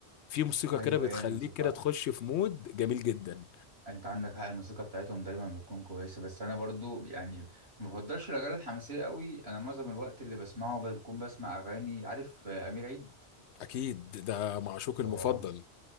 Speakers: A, on the left (about 85°); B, on the right (about 70°).
A: في موسيقى
B: ايوه
A: كده بتخليك
B: هي الموسيقى
A: كده تخش في مود جميل جدا
B: انت عندك حق الموسيقى بتاعتهم دايما بتكون كويسه بس انا برضو يعني ما بفضلش الاغاني الحماسيه قوي انا معظم الوقت اللي بسمعه بكون بسمع اغاني عارف آه، امير عيد
A: اكيد ده معشوق
B: هو
A: المفضل